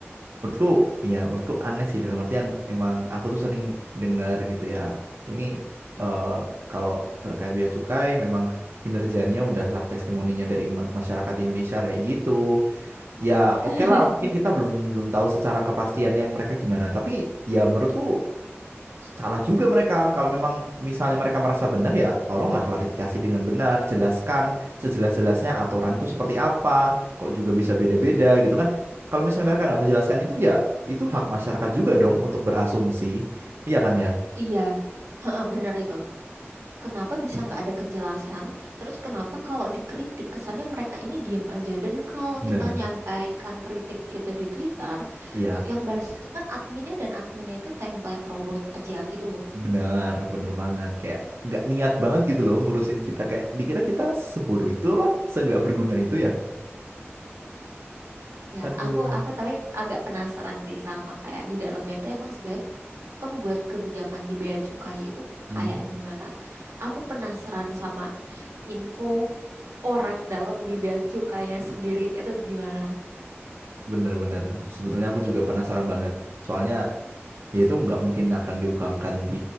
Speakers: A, on the right (about 60°); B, on the right (about 80°).
A: Menurutku, iya menurutku aneh sih dalam artian emang aku tuh sering dengar gitu ya. Ini
B: Mm-mm.
A: eh, kalau terkait bea cukai memang kinerjanya udahlah testimoninya dari ma- masyarakat Indonesia kayak gitu. Ya,
B: <laughs>
A: oke lah mungkin kita belum belum tahu secara kepastian yang mereka gimana, tapi ya menurutku salah juga mereka. Kalau memang misalnya mereka merasa benar ya tolonglah klarifikasi dengan benar, jelaskan sejelas-jelasnya aturan itu seperti apa, kok juga bisa beda-beda
B: Mm.
A: gitu kan. Kalau misalnya mereka nggak menjelaskan itu ya itu hak masyarakat juga dong untuk berasumsi. Iya kan ya?
B: Iya, heeh, benar itu. kenapa bisa nggak ada kejelasan? Terus kenapa kalau dikritik kesannya mereka ini diem aja? Dan kalau
A: Benar.
B: kita nyampaikan kritik itu di Twitter,
A: Iya,
B: yang balas itu kan adminnya dan adminnya itu template robot aja gitu loh.
A: benar, benar banget. Kayak nggak niat banget gitu loh ngurusin kita. Kayak dikira kita sebodoh itu apa? Seenggak berguna itu ya.
B: Ya,
A: Aduh.
B: aku aku tapi agak penasaran sih sama kayak di dalamnya itu emang sebenarnya pembuat kebijakan di Bea Cukai itu
A: Hmm,
B: kayak gimana? Aku penasaran sama info orang dalam di Bea Cukainya sendiri itu gimana.
A: bener-bener. Sebetulnya aku juga penasaran banget. Soalnya ya itu nggak mungkin akan diungkapkan di